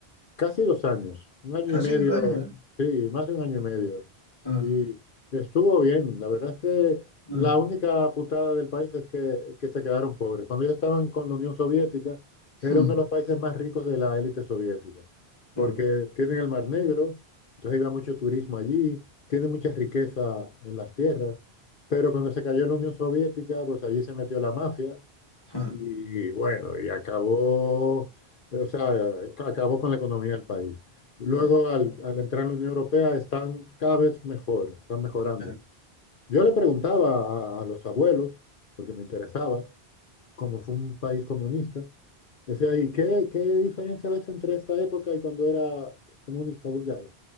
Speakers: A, on the left (about 60°); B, on the left (about 25°).
A: casi dos años, un año
B: Casi
A: y medio,
B: dos años, ¿eh?
A: sí, más de un año y medio.
B: Mm,
A: Y estuvo bien. La verdad es que
B: mm,
A: la única putada del país es que, que se quedaron pobres. Cuando ellos estaban con la Unión Soviética, era
B: mm,
A: uno de los países más ricos de la élite soviética, porque
B: mm,
A: tienen el Mar Negro, entonces iba mucho turismo allí, tiene mucha riqueza en las tierras, pero cuando se cayó la Unión Soviética, pues allí se metió la mafia
B: mm,
A: y bueno, y acabó, o sea, acabó con la economía del país. Luego,
B: mm, mm, mm.
A: al, al entrar en la Unión Europea, están cada vez mejor, están mejorando.
B: mm, mm,
A: Yo le preguntaba a, a los abuelos, porque me interesaba, como fue un país comunista, decía, ¿y qué, qué diferencia ves entre esta época y cuando era comunista Bulgaria?